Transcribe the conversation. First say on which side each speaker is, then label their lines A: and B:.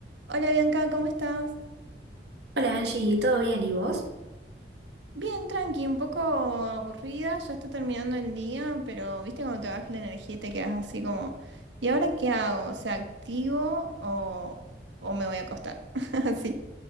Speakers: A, on the right; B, on the right.
A: Hola Bianca, ¿cómo estás?
B: Hola Angie, ¿todo bien? ¿Y vos?
A: Bien, tranqui, un poco aburrida, ya está terminando el día, pero viste cuando te baja la energía y te quedas así como, ¿y ahora qué hago? O sea, ¿activo o, o me voy a acostar? <laughs> Así.